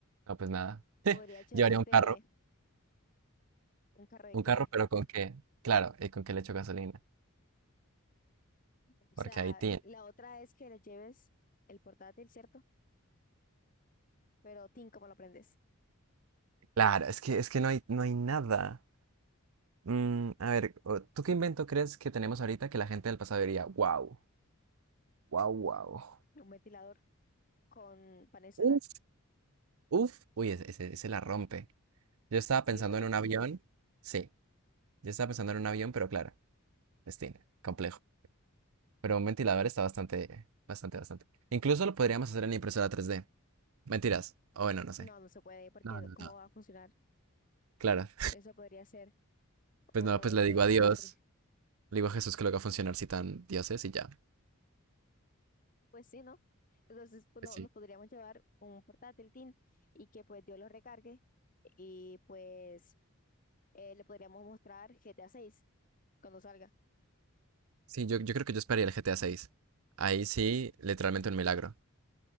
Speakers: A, on the right; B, on the left.
A: No, pues nada.
B: Podría llevarte
A: Llevaría un carro,
B: un carro de
A: un
B: qué.
A: carro, pero ¿con qué? Claro, ¿y con qué le echo gasolina?
B: O
A: Porque
B: sea,
A: ahí tiene.
B: la otra es que le lleves el portátil, ¿cierto? Pero, Tim, ¿cómo lo prendes?
A: Claro, es que, es que no hay, no hay nada. Mm, a ver, o- ¿tú qué invento crees que tenemos ahorita que la gente del pasado diría, wow, wow, wow?
B: Un ventilador con panel solar.
A: Uf, uf. Uy, ese, ese, ese la rompe. Yo estaba
B: Sí,
A: pensando
B: ¿verdad?
A: en un avión. Sí, yo estaba pensando en un avión, pero claro, destino, complejo. Pero un ventilador está bastante, bastante, bastante. Incluso lo podríamos hacer en impresora tres d Mentiras. O bueno, no sé.
B: No, no se puede, porque
A: No, no,
B: ¿cómo
A: no.
B: va a funcionar?
A: Claro. <laughs>
B: Eso podría ser.
A: Pues
B: O
A: no, pues le
B: llevar,
A: digo a Dios, le digo a Jesús que lo haga funcionar si tan dioses y ya.
B: pues sí, ¿no? Entonces, pues,
A: Pues
B: no,
A: sí.
B: nos podríamos llevar un portátil, tin y que pues Dios lo recargue y pues eh, le podríamos mostrar GTA seis cuando salga.
A: Sí, yo, yo creo que yo esperaría el GTA 6. Ahí sí, literalmente un milagro.